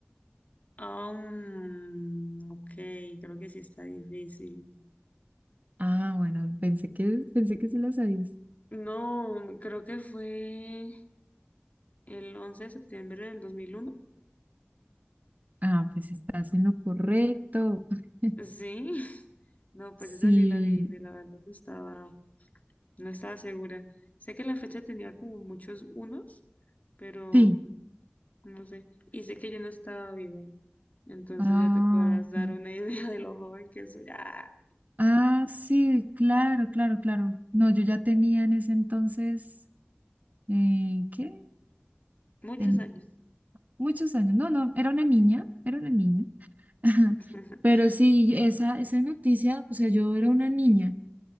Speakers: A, on the left; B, on the right.
A: Ah, mm, ok, creo que sí está difícil.
B: Ah, bueno, pensé que, pensé que se las sabías.
A: No, creo que fue el once de septiembre del dos mil uno
B: Ah, pues estás en lo correcto. <laughs>
A: Sí, <laughs> no, pues
B: Sí,
A: esa sí la adiviné, la verdad no estaba, No estaba segura. Sé que la fecha tenía como muchos unos, pero
B: sí.
A: no sé. Y sé que yo no estaba viva. Entonces
B: Ah,
A: ya te podrás
B: ok.
A: dar una <laughs> idea de lo joven que soy. ¡Ah!
B: Ah, sí, claro, claro, claro. No, yo ya tenía en ese entonces, eh, ¿qué?
A: Muchos
B: Ten-
A: años.
B: muchos años. No, no, era una niña, era una niña. <laughs>
A: <laughs>
B: Pero sí, esa, esa noticia, o sea, yo era una niña,